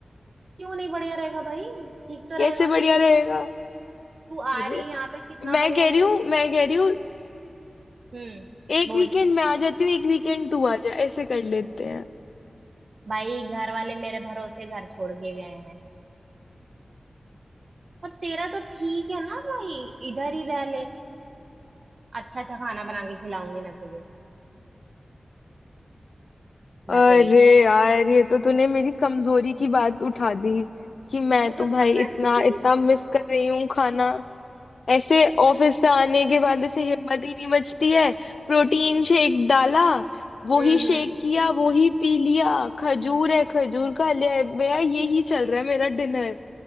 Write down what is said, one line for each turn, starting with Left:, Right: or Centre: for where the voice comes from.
Right: क्यों नहीं बढ़िया रहेगा भाई ठीक तो रहेगा
Left: कैसे
Right: ना
Left: बढ़िया रहेगा
Right: तू आ
Left: अरे
Right: रही है यहाँ पे कितना
Left: मैं
Right: बढ़िया
Left: कह
Right: रहेगा
Left: रही हूँ मैं कह रही हूँ
Right: हम्म
Left: एक
Right: बोल
Left: वीकेंड मैं आ जाती हूँ एक वीकेंड तू आ जा ऐसे कर लेते हैं
Right: भाई घर वाले मेरे भरोसे घर छोड़ के गए हैं पर तेरा तो ठीक है ना भाई इधर ही रह ले अच्छा अच्छा खाना बना के खिलाऊंगी मैं तुझे मैं
Left: अरे
Right: तो यही
Left: यार ये तो तूने मेरी कमजोरी की बात उठा दी कि मैं
Right: मुझे
Left: तो भाई
Right: पता
Left: इतना
Right: है <laughs>
Left: इतना मिस कर रही हूँ खाना ऐसे
Right: भाई
Left: ऑफिस से आने के बाद ऐसे हिम्मत ही नहीं बचती है प्रोटीन शेक डाला वो
Right: हम्म
Left: ही
Right: हम्म
Left: शेक किया वो ही पी लिया खजूर है खजूर खा लिया मेरा यही चल रहा है मेरा डिनर